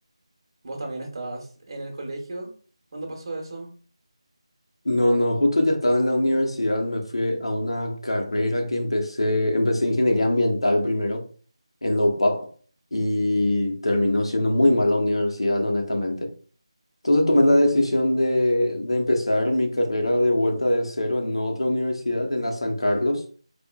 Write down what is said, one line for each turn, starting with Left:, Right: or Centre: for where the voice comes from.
Right: vos también estás en el colegio cuando pasó eso.
Left: No, no, justo ya estaba en la universidad, me fui a una carrera que empecé, empecé ingeniería ambiental primero en la UPAP y terminó siendo muy mala universidad, honestamente. Entonces tomé la decisión de, de empezar mi carrera de vuelta de cero en otra universidad, en la San Carlos,